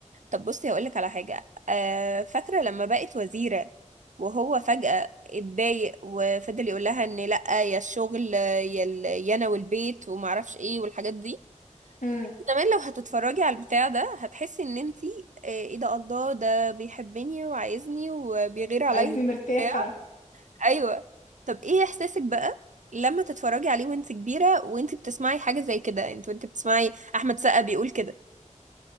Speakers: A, on the right; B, on the left.
A: طب بصي هقولك على حاجة آه فاكرة لما بقت وزيرة وهو فجأة اتضايق وفضل يقول لها ان لأ يا الشغل يا ال- يا انا والبيت ومعرفش ايه والحاجات دي
B: امم
A: زمان لو هتتفرجي على البتاع ده هتحسي ان انتي آه، ايه ده الله ده بيحبني وعايزني وبيغير عليا
B: عايزني مرتاحة
A: وبتاع ايوه طب ايه احساسك بقى لما تتفرجي عليه وانت كبيرة وانت بتسمعي حاجة زي كده انت وانت بتسمعي احمد سقا بيقول كده